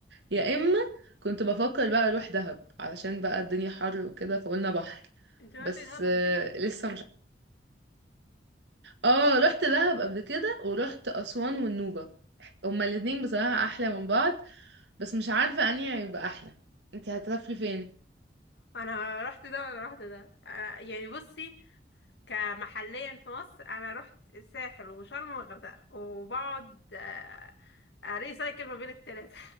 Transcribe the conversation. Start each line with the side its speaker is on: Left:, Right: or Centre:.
Right: يا اما كنت بفكر بقى اروح دهب علشان بقى الدنيا حر وكده فقلنا بحر
Left: انت رحتي
Right: بس
Left: دهب
Right: آه،
Left: قبل كده
Right: لسه مش اه رحت دهب قبل كده ورحت اسوان والنوبه هما الاتنين بصراحه احلى من بعض بس مش عارفة انهي هيبقى احلى انت هتسافري فين
Left: انا رحت ده انا رحت ده أنا يعني بصي كمحليا في مصر انا رحت الساحل وشرم والغردقة وبقعد آه، اريسايكل ما بين التلاتة